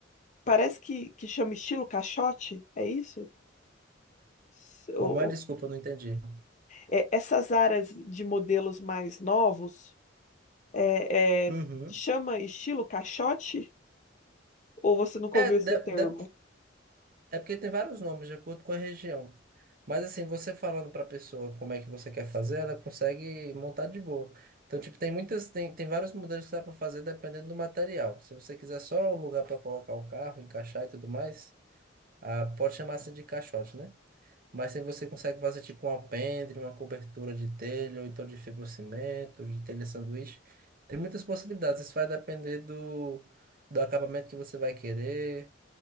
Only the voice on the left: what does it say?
Parece que, que chama estilo caixote, é isso? S- o-
o-
é, essas áreas de modelos mais novos, é,
é, chama estilo caixote? Ou você nunca
ouviu
esse termo?